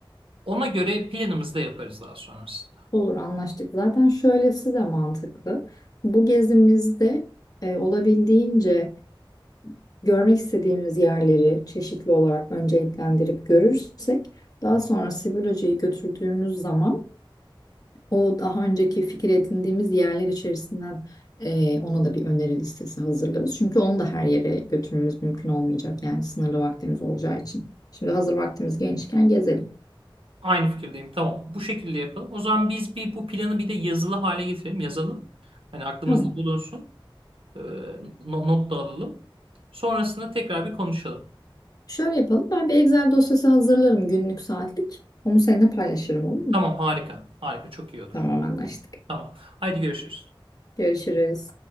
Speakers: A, on the right (about 90°); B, on the left (about 45°).
A: Ona göre planımızı da yaparız daha sonrasında.
B: Olur anlaştık. Zaten şöylesi de mantıklı. Bu gezimizde e, olabildiğince görmek istediğimiz yerleri çeşitli olarak önceliklendirip görürsek daha sonra Sivil götürdüğümüz zaman O daha önceki fikir edindiğimiz yerler içerisinden eee, ona da bir öneri listesi hazırlarız. Çünkü onu da her yere götürmemiz mümkün olmayacak. Yani sınırlı vaktimiz olacağı için. Şimdi hazır vaktimiz genişken gezelim.
A: Aynı fikirdeyim. Tamam. Bu şekilde yapalım. O zaman biz bir bu planı bir de yazılı hale getirelim. Yazalım. Hani aklımızda
B: Tamam.
A: bulunsun. Ee, no- not da alalım. Sonrasında tekrar bir konuşalım.
B: Şöyle yapalım. Ben bir Excel dosyası hazırlarım günlük saatlik. Onu seninle paylaşırım olur mu?
A: Tamam, harika. Harika, çok iyi olur.
B: Tamam anlaştık.
A: Tamam. Haydi görüşürüz.
B: Görüşürüz.